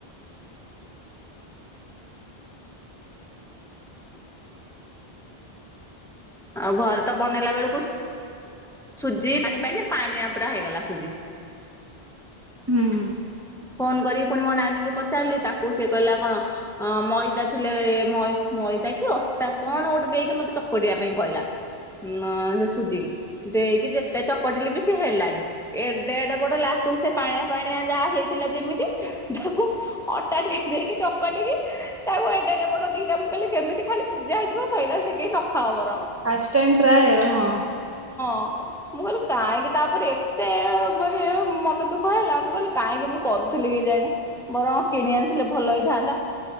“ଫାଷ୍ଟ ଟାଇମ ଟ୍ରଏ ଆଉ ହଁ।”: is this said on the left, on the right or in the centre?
Right